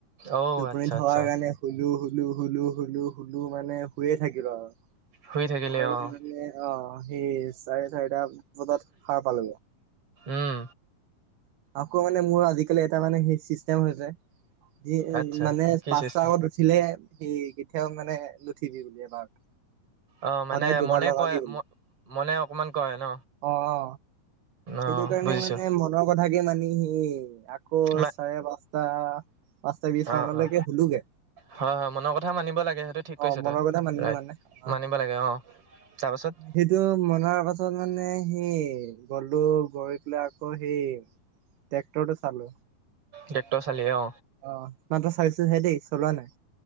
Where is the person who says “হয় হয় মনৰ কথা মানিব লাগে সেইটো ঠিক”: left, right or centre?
Right